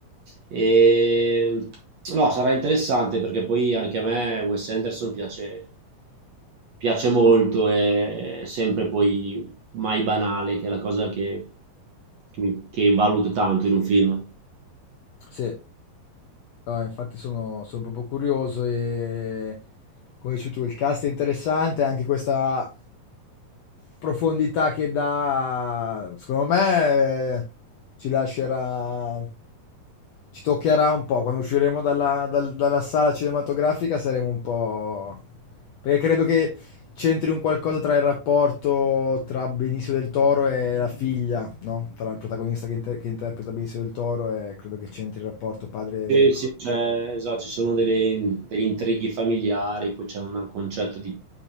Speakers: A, on the right; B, on the left.
A: Ehm, no, sarà interessante perché poi anche a me Wes Anderson piace, piace molto, è sempre poi mai banale, che è la cosa che, che mi- che valuto tanto in un film.
B: Sì. No, infatti sono, sono proprio curioso e come dici tu, il cast è interessante, anche questa profondità che dà, secondo me, eh, ci lascerà, ci toccherà un po'. Quando usciremo dalla, dal- dalla sala cinematografica saremo un po'... Perché credo che c'entri un qualcosa tra il rapporto tra Benicio del Toro e la figlia, no? Tra il protagonista che, inter- che interpreta Benicio del Toro e credo che c'entri il rapporto padre...
A: Sì, sì, cioè, esatto, ci sono delle- degli intrighi familiari, poi c'è un concetto di